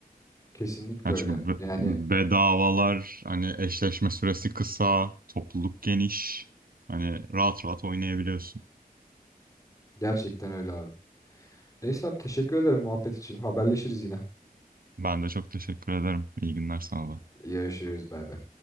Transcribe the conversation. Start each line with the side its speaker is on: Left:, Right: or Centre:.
Left: Kesinlikle
Right: Yani
Left: öyle.
Right: çünkü be-
Left: Yani
Right: bedavalar hani eşleşme süresi kısa, topluluk geniş. Hani rahat rahat oynayabiliyorsun.
Left: gerçekten öyle abi. Neyse abi teşekkür ederim muhabbet için. Haberleşiriz yine.
Right: Ben de çok teşekkür ederim. İyi günler sana da.
Left: Görüşürüz bay bay.